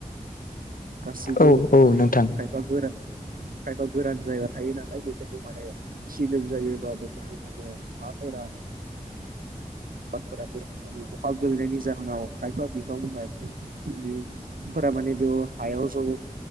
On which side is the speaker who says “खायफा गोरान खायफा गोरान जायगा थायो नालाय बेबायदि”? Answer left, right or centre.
Right